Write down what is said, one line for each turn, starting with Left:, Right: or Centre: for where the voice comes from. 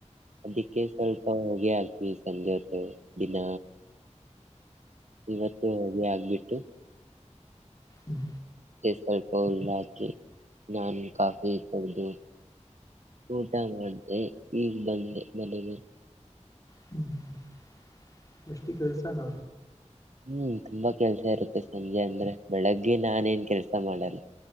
Right: ಅದಿಕ್ಕೆ ಸ್ವಲ್ಪ ಹೊಗೇ ಆಕೀ ಸಂಜೆ ಹೊತ್ತು ದಿನ ಇವತ್ತು ಹೋಗಿ <unintelligible> ಆಗ್ಬಿಟ್ಟು
Left: ಹ್ಮ್
Right: ಸ್ವಲ್ಪ <unintelligible> ಉಲ್ಲ ಹಾಕಿ ನಾನು ಕಾಫಿ ಎಕ್ಕೊಂಡು ಊಟ ಮಾಡ್ದೆ ಈಗ್ ಬಂದೆ ಮನೆಗೆ
Left: ಹ್ಮ <unintelligible> ಗಷ್ಟಿ ಕಸಾನ
Right: ಹ್ಮ್ ತುಂಬಾ ಕೆಲ್ಸ ಇರುತ್ತೆ ಸಂಜೆ ಅಂದ್ರೆ ಬೆಳಗ್ಗೆ ನಾನೇನ್ ಕೆಲ್ಸ ಮಾಡಲ್ಲ